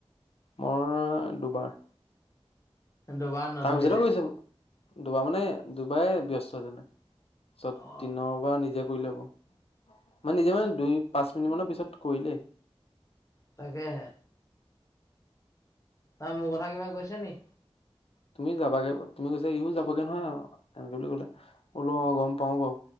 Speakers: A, on the left; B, on the left.
A: মই দুবাৰ
B: দুবাৰ নধৰিলে
A: তাৰ পিছতে কৰিছে দুবাৰ মানে দুবাৰে ব্যস্ত হৈছিলে পিছত
B: অ
A: দিনৰবাৰ নিজে কৰিলে বাও মানে নিজে মানে দুই পাঁচ মিনিট মানৰ পিছত কৰিলে
B: তাকেহে তাৰ মোৰ কথা কিবা কৈছে নি
A: তুমি যাবাগে তুমি কৈছা ইও যাবাগে নহয় এনেকে বুলি কলে উম অ গম পাও বাৰু।